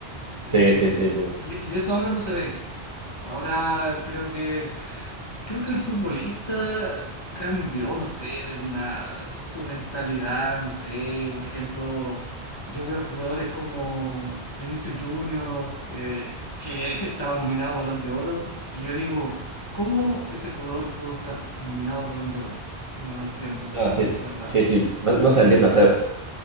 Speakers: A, on the left; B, on the right.
A: Eh,
B: Sí, sí, sí, sí.
A: y, y eso ahora no se ve. Ahora creo que creo que el futbolista cambió, no sé, de una su mentalidad, no sé, por ejemplo, yo veo jugadores como Vinicius Junior eh, que <laughs> estaba nominado a Balón de Oro y yo digo, ¿cómo ese jugador pudo estar nominado al Balón de Oro? No lo entiendo,
B: No, sí,
A: la verdad.
B: sí, sí. No, no se entiende. O sea,